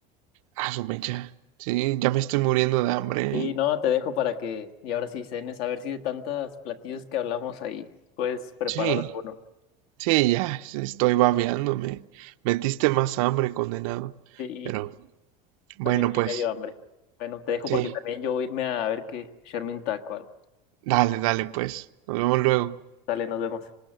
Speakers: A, on the right; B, on the left.
A: a su mecha. Sí, ya me estoy muriendo de hambre,
B: Sí,
A: ¿eh?
B: no, te dejo para que, y ahora sí cenes, a ver si de tantos platillos que hablamos ahí, puedes preparar
A: Sí,
B: alguno.
A: sí, ya sí, estoy babeándome. Metiste más hambre, condenado.
B: Sí.
A: Pero, bueno,
B: También a
A: pues,
B: mí me dio hambre. Bueno, te dejo
A: sí.
B: porque también yo voy a irme a ver que echarme un taco o algo.
A: Dale, dale, pues. Nos vemos luego.
B: Dale, nos vemos.